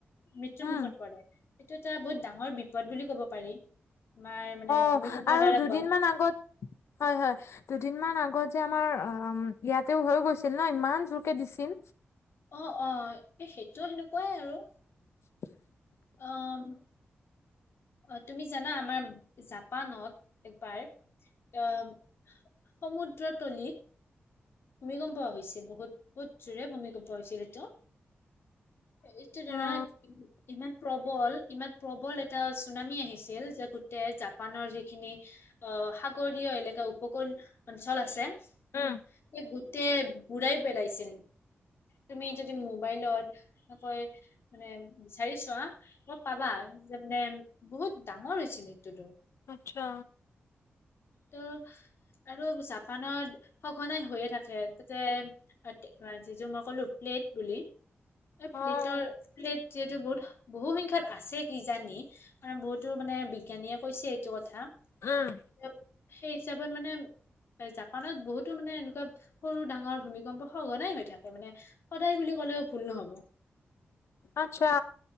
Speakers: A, on the left (about 65°); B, on the left (about 85°).
A: মৃত্যুৰ
B: উম।
A: মুখত পৰে সেইটো এটা বহুত ডাঙৰ বিপদ বুলি ক'ব পাৰি। আমাৰ মানে
B: অ',
A: ভূমিকম্পৰ
B: আৰু
A: দ্বাৰা
B: দুদিনমান
A: হোৱা
B: আগত, হয় হয়। দুদিনমান আগত যে আমাৰ অ' ইয়াতেও হৈ গৈছিল ন ইমান জোৰকে দিছিল।
A: অ', অ', এই সেইটো সেনেকুৱাই আৰু।
B: <inaudible>
A: অ'। অ', তুমি জানা আমাৰ জাপানত একবাৰ অ' সমুদ্ৰতলীত ভূমিকম্প হৈছিল বহুত বহুত জোৰে ভূমিকম্প হৈছিল সেইটো। এইটো ধৰা
B: অ',
A: ই ইমান প্ৰবল ইমান প্ৰবল এটা চুনামি আহিছিল, যে গোটেই জাপানৰ যিখিনি অ', সাগৰীয় এলেকা উপকূল অঞ্চল আছে।
B: উম!
A: এই গোটেই বুৰাই পেলাইছিল। তুমি যদি মোবাইলত <inaudible> মানে বিচাৰি চোৱা ত' পাবা যে মানে বহুত ডাঙৰ হৈছিল সেইটোতো।
B: আচ্ছা।
A: ত' আৰু জাপানত সঘনাই হৈয়ে থাকে। তাতে <unintelligible> যিযোৰ মই ক'লো প্লেট বুলি, এই
B: অ'।
A: প্লেটৰ প্লেট যিহেতু বহুত বহুসংখ্যক আছে কিজানি। মানে বহুতো মানে বিজ্ঞানীয়ে কৈছে এইটো কথা।
B: উম।
A: এ, সেই হিচাপত মানে জাপানত বহুতো মানে এনেকুৱা সৰু ডাঙৰ ভূমিকম্প সঘনাই হৈ থাকে। মানে সদায় বুলি ক'লেও ভুল নহ'ব।
B: আচ্ছা।